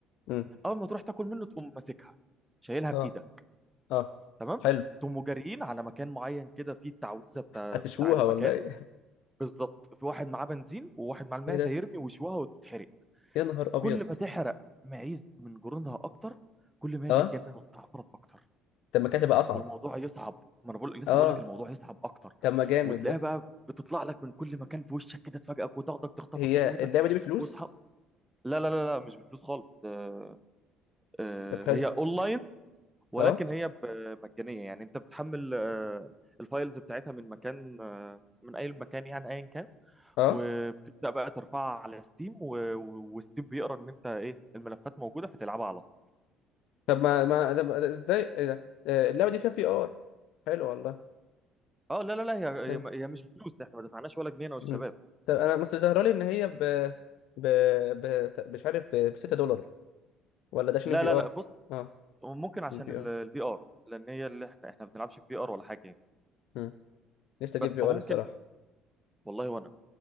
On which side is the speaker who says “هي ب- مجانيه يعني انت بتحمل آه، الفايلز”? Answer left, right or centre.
Centre